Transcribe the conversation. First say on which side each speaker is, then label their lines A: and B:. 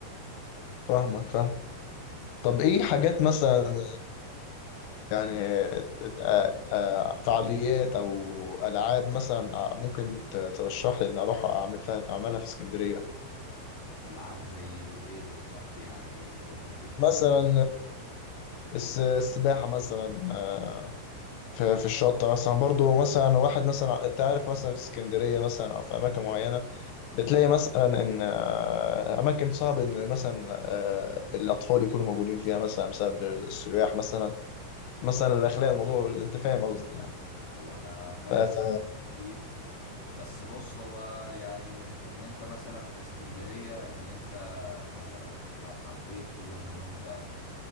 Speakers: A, on the left (about 80°); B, on the left (about 40°).
A: فاهمك فاهم طب ايه حاجات مثلا يعني ت- آه، آه، فعاليات او العاب مثلا ممكن ت- ترشح لي ان اروح اعمل فيها اعملها في اسكندرية
B: العاب زي ايه بالظبط يعني ممكن تحدد
A: مثلا الس- السباحة مثلا آه، في في الشط مثلا برضو مثلا واحد مثلا انت عارف مثلا في اسكندرية مثلا أو في أماكن معينة بتلاقي مثلا إن آه، أماكن صعب إن مثلا آه، الأطفال يكونوا موجودين فيها مثلا بسبب السياح مثلا مثلا الأخلاق الموضوع أنت فاهم قصدي يعني
B: هو انا فاهم
A: ف... ف-
B: قصدك اكيد بس بص هو يعني ان انت مثلا في اسكندرية ان انت مثلا لو حبيت تروح ان انت